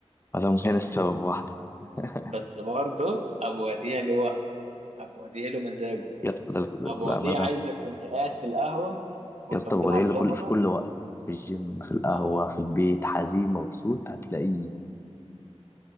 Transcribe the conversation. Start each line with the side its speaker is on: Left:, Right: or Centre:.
Left: ما دام كان السبب واحده <laughs>
Right: بس برضه أبو وديع له وقت أبو وديع له مزاجه
Left: يا اسطى ده ده
Right: أبو
Left: بامانه
Right: وديع عايزك وأنت قاعد في القهوة وأنت
Left: يا اسطى
Right: بتلعب
Left: بودعي له
Right: ضمنة
Left: كل في كل وقت في الجيم في القهوه
Right: آه
Left: في البيت حزين مبسوط هتلاقيه